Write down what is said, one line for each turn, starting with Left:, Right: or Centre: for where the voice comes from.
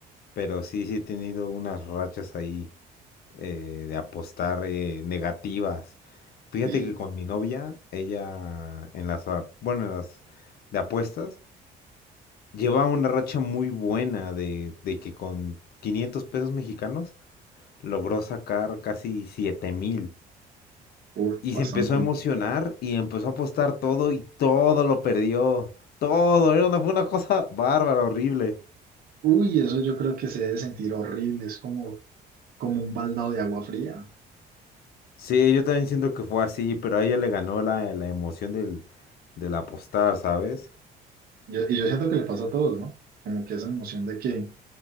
Left: Pero sí, sí he tenido unas rachas ahí eh, de apostar eh, negativas. Fíjate
Right: sí,
Left: que con mi novia, ella en las, a- bueno, en las de apuestas, Lleva una racha muy buena de, de que con 500 pesos mexicanos logró sacar casi 7 mil.
Right: uff,
Left: Y
Right: bastante.
Left: se empezó a emocionar y empezó a apostar todo y todo lo perdió. Todo, era una, fue una cosa bárbara, horrible.
Right: Uy, eso yo creo que se debe sentir horrible, es como, como un baldado de agua fría.
Left: Sí, yo también siento que fue así, pero a ella le ganó la, la emoción del, del apostar, ¿sabes?
Right: Yo- y yo siento que le pasa a todos, ¿no? Como que esa emoción de que